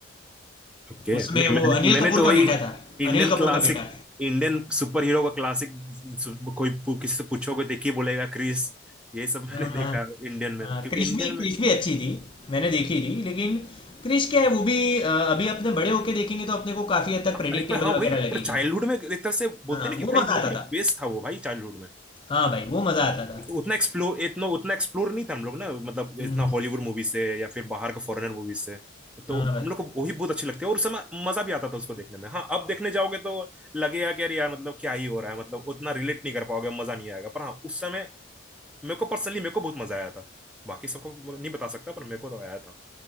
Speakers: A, in the centre; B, on the left (about 25°).
A: ओके
B: उसमें
A: नहीं
B: वो
A: मैंने
B: अनिल
A: मैंने
B: कपूर
A: तो
B: का
A: वही
B: बेटा था
A: Indian
B: अनिल कपूर
A: classic
B: का बेटा
A: Indian super hero का क्लासिक सु- कोई पू- किसी से पूछोगे देखिए बोलेगा क्रिस ये सब मैंने
B: हाँ हाँ
A: देखा इंडियन में
B: हाँ
A: क्योंकि
B: क्रिश
A: इंडियन
B: भी क्रिश
A: में
B: भी अच्छी थी मैंने
A: हाँ,
B: देखी थी लेकिन क्रिश क्या है वो भी अ, अभी अपने बड़े होके देखेंगे तो अपने को काफी हद तक
A: अरे
B: प्रेडिक्टेबल
A: पर हाँ वही
B: वगैरह
A: ना
B: लगेगी
A: पर चाइल्डहुड में एक तरह से
B: हाँ
A: बोलते ना कि
B: वो
A: भाई
B: मजा
A: हम
B: आता
A: लोग के लिए
B: था
A: बेस्ट था वो भाई चाइल्डहुड में
B: हाँ भाई वो मजा आता था
A: उतना एक्सप्लोर इतना उतना एक्सप्लोर नहीं था हम लोग ना मतलब
B: हम्म
A: इतना हॉलीवुड मूवी से या फिर बाहर के फॉरेनर मूवी से तो
B: हाँ भाई
A: हम लोग को वही बहुत अच्छी लगती है और उस समय मजा भी आता था उसको देखने में हाँ अब देखने जाओगे तो लगेगा कि यार यार मतलब क्या ही हो रहा है मतलब उतना रिलेट नहीं कर पाओगे मजा नहीं आएगा पर हाँ उस समय मेरे को पर्सनली मेरे को बहुत मजा आया था बाकी सबको नहीं बता सकता पर मेरे को तो आया था